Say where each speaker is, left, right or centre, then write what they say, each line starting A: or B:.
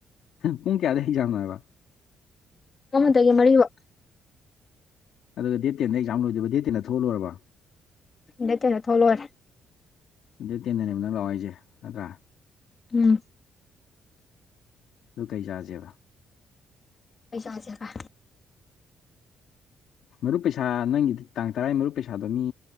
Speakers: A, on the left (about 70°); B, on the left (about 35°).
A: ꯄꯨꯡ ꯀꯌꯥꯗꯩ ꯑꯦꯛꯖꯥꯝꯅꯣ ꯍꯥꯏꯕ
B: ꯑꯃꯗꯒꯤꯅ ꯃꯔꯤ ꯕꯥꯎ
A: ꯑꯗꯨꯗ ꯗꯦꯠ ꯇꯦꯟꯗ ꯑꯦꯛꯖꯥꯝ ꯂꯣꯏꯗꯣꯏꯕ ꯗꯦꯠ ꯇꯦꯟꯗ ꯊꯣꯛꯑ ꯂꯣꯏꯔꯕ
B: ꯗꯦꯠ ꯇꯦꯟꯗ ꯊꯣꯛꯑꯥ ꯂꯣꯏꯔꯦ
A: ꯗꯦꯠ ꯇꯦꯟꯗꯅꯦꯕ ꯅꯪꯅ ꯂꯥꯛꯑꯣ ꯍꯥꯏꯖꯦ ꯅꯠꯇ꯭ꯔꯥ
B: ꯎꯪ
A: ꯑꯗꯨ ꯀꯩ ꯆꯥꯥꯖꯦꯕ
B: ꯀꯩ ꯆꯥꯖꯦꯕ
A: ꯃꯔꯨꯞ ꯄꯩꯁꯥ ꯅꯪꯒꯤꯗꯤ ꯇꯥꯡ ꯇꯔꯥꯌ ꯃꯔꯨꯞ ꯄꯩꯁꯥꯗꯣ ꯃꯤ